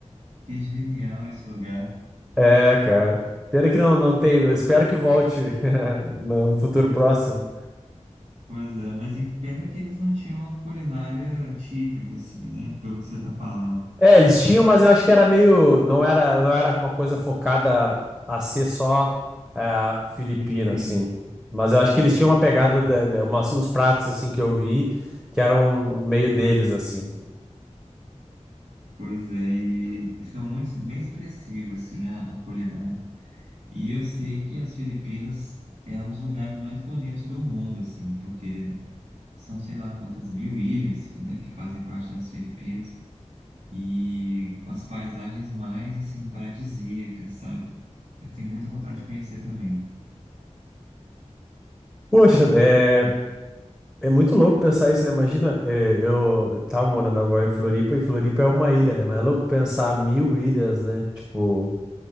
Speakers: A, on the right; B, in the centre.
A: que genial esse lugar.
B: É, cara. Pena que não, não tem. eu Espero que volte <laughs> no no futuro próximo.
A: Pois é, mas em pena que eles não tinham uma culinária típica, assim, né? Pelo que você tá falando.
B: É, eles tinham, mas eu acho que era meio. Não era, não era uma coisa focada a ser só é, Filipina,
A: Filipina.
B: assim. Mas eu acho que
A: Uhum.
B: eles tinham uma pegada, da- da- umas- uns pratos, assim, que eu vi, que eram meio deles, assim.
A: Pois é, e, e são muito, bem expressivas, assim, a, a culinária. E eu sei que as Filipinas é um dos lugares mais bonitos do mundo, assim, porque são sei lá quantas mil ilhas que, né, que fazem parte das Filipinas e com as paisagens mais assim paradisíacas, sabe? Eu tenho muita vontade de conhecer também.
B: Poxa, é, é muito louco pensar isso, né? Imagina, é, eu tava morando agora em Floripa, e Floripa é uma ilha, né? Mas é louco pensar mil ilhas, né? Tipo.